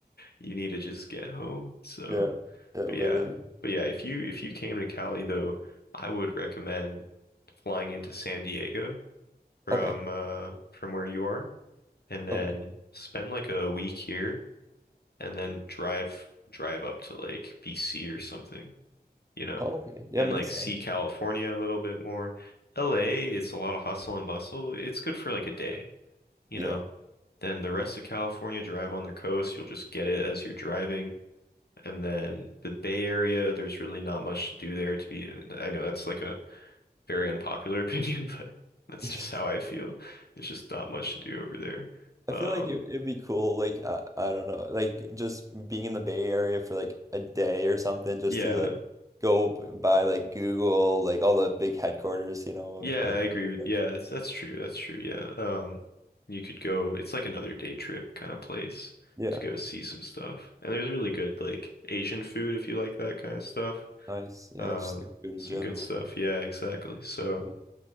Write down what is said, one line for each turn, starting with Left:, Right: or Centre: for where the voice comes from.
Left: you need to just get home. So,
Right: yeah, yeah,
Left: but
Right: literally.
Left: yeah, but yeah, if you if you came to Cali though, I would recommend flying into San Diego from
Right: Okay,
Left: uh from where you are and then
Right: okay.
Left: spend like a week here and then drive drive up to like BC or something, you know,
Right: Oh, okay. Yeah,
Left: and
Right: makes
Left: like
Right: sense.
Left: see California a little bit more. LA, it's a lot of hustle and bustle. It's good for like a day, you
Right: Yeah.
Left: know. Then the rest of California drive on the coast, you'll just get it as you're driving. And then the Bay Area, there's really not much to do there to be. I know that's like a very unpopular <laughs> opinion, but that's
Right: <laughs>
Left: just how I feel. There's just not much to do over there.
Right: I
Left: Um,
Right: feel like it, it'd be cool, like I, I don't know, like just being in the Bay Area for like a day or something, just
Left: yeah,
Right: to like go b- by like Google, like all the big headquarters, you know, of
Left: yeah,
Right: like
Left: I agree with.
Right: yeah,
Left: Yeah, that's, that's true. That's true. Yeah. Um, you could go. It's like another day trip kind of place
Right: Yeah,
Left: to go see some stuff. And there's really good like Asian food if you like that kind of stuff.
Right: nice, yeah,
Left: Um,
Right: I just like food in
Left: some
Right: general,
Left: good stuff. Yeah, exactly. So
Right: yeah,